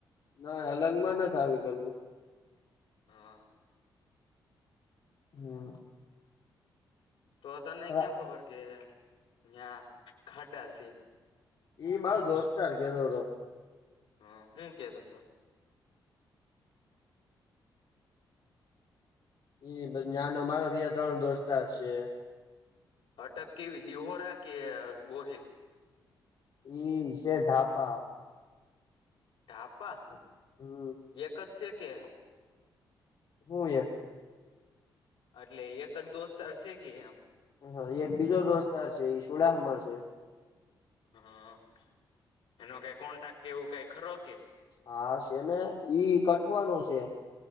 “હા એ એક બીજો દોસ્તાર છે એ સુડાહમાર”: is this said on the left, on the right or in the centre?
Left